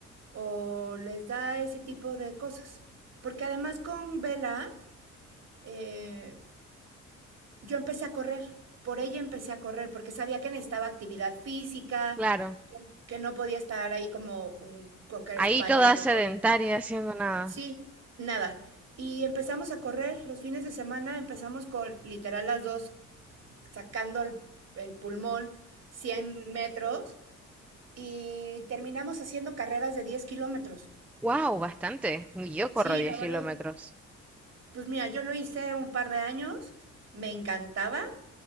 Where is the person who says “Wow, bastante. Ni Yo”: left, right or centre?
Centre